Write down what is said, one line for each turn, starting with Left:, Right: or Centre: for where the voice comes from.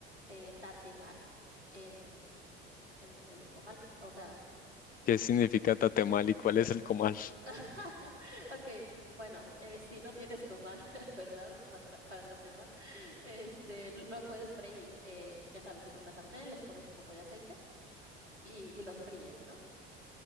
Right: eh, tatemar en, en el comal. O sea,
Left: ¿Qué significa tatemal y cuál es el comal?
Right: <laughs> ok, bueno, eh, si no tienes comal, <laughs> ¿verdad? Pa- tra- Para tatemar, este, lo puedes freír, eh, ya sabes, en una sartén les pones un poco de aceite y, y los fríes, ¿no?